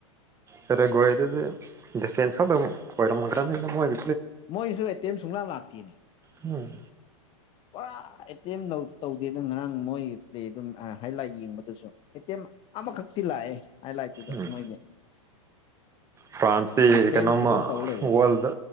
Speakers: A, on the right; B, on the left.
A: ꯄ‌ꯣꯔ‌ꯇꯨꯒꯣꯜꯗꯒꯤ ꯗꯤꯐꯦꯟꯁ ꯈꯛꯇꯕꯨ ꯀꯣꯏꯔꯝꯒꯅꯤꯗ ꯃꫭꯏ
B: ꯃꯣꯏꯁꯨ ꯑꯦꯇꯦꯝ ꯁꯨꯡꯂꯛ ꯂꯥꯛꯇꯦꯅꯤ
A: ꯍꯝ
B: ꯄꯨꯔꯥ ꯑꯦꯇꯦꯝ ꯇꯧꯗꯦꯗ ꯉꯔꯥꯡ ꯃꯣꯏ ꯄꯂ‌ꯦꯗꯨꯝ ꯑ ꯍꯥꯏ ꯂꯥꯏꯠ ꯌꯦꯡꯕꯗꯨꯁꯨ ꯑꯦꯇꯦꯝ ꯑꯃꯈꯛꯇꯤ ꯂꯥꯛꯑꯦ ꯍꯥꯏꯂꯥꯏꯠꯇꯨꯗ
A: ꯎꯝ
B: ꯃꯣꯏꯒꯤ <unintelligible>
A: ꯐ꯭ꯔꯥꯟꯁꯇꯤ
B: ꯗꯤꯐꯦꯟꯁ
A: ꯀꯩꯅꯣꯝꯃ
B: ꯈꯛꯇꯪ ꯇꯧ ꯂꯩꯔꯦ
A: ꯋꯥꯔꯜꯗ